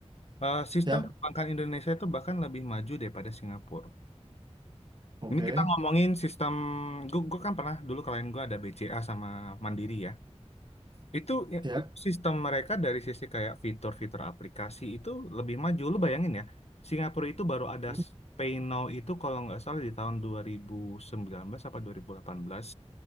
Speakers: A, on the left; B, on the right.
A: eh, sistem
B: siap
A: perbankan Indonesia itu bahkan lebih maju daripada Singapura.
B: oke
A: Ini kita ngomongin sistem gue, gue kan pernah dulu klien gue ada BCA sama Mandiri ya. Itu ya,
B: siap
A: itu sistem mereka dari sisi kayak fitur-fitur aplikasi itu lebih maju. Lu bayangin ya, Singapura itu baru ada
B: Hmm.
A: Pay Now itu kalau nggak salah di tahun 2019 apa 2018.